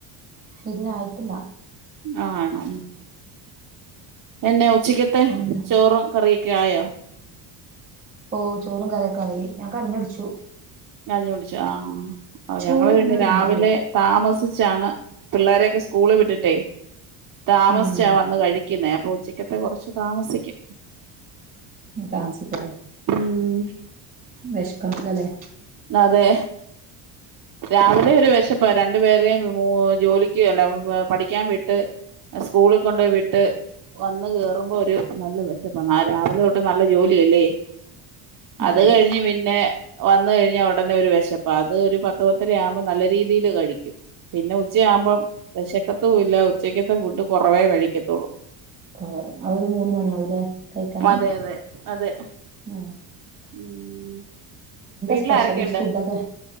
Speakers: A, on the right; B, on the right.
A: ഇല്ല ആയിട്ടില്ല
B: ആണോ എന്നാ ഉച്ചക്കത്തെ
A: എന്താ
B: ചോറും കറി കായയോ
A: ഓ ചോറും കറിയൊക്കെ ആയി ഞാൻ കഞ്ഞികുടിച്ചു
B: കഞ്ഞികുടിച്ചോ ആഹ്
A: ചോറ്
B: ഞങ്ങള് പിന്നെ
A: തിന്നാൻ ഒരു
B: രാവിലെ
A: മൂടില്ല
B: താമസിച്ചാണ് പിള്ളോരെയൊക്കെ സ്കൂള് വിട്ടിട്ടേ താമസിച്ചാ
A: ഉം
B: വന്ന് കഴിക്കുന്നേ അപ്പൊ ഉച്ചക്കത്തെ കുറച്ച് താമസിക്കും
A: താമസിക്കല്ലേ
B: ഉം
A: വിഷക്കംല്ലല്ലേ
B: അതെ രാവിലെ ഒരു വിശപ്പ് ഇപ്പ രണ്ടു പേരേും ജോലിക്ക് അല്ല പഠിക്കാൻ വിട്ട് സ്കൂളിൽ കൊണ്ട്പോയി വിട്ട് വന്ന് കേറുമ്പോ ഒരു നല്ല വിശപ്പആണ് ആ രാവിലെ തൊട്ട് നല്ല ജോലിയല്ലേ
A: അതെ
B: അത്
A: അതെ
B: കഴിഞ്ഞ് പിന്നെ വന് കഴിഞ്ഞാൽ ഉടനെ ഒരു വിശപ്പ അത് ഒരു പത്ത് പത്തര ആവുമ്പോൾ നല്ല രീതിയിൽ കഴിക്കും പിന്നെ ഉച്ചയാവുമ്പോം വിശക്കത്തും ഇല്ല ഉച്ചക്കത്തെ ഫുഡ് കുറവേ കഴിക്കത്തുള്ളൂ
A: കൊറ ആഹ ഒരു മൂന്ന് മണിയവുലെ കഴിക്കാന്
B: അതെ അതെ അതെ
A: ആഹ
B: <unintelligible> വീട്ടിൽ
A: സ്പെഷ്യല്
B: ആരൊക്കെയുണ്ട്
A: ഫുഡൊക്കെ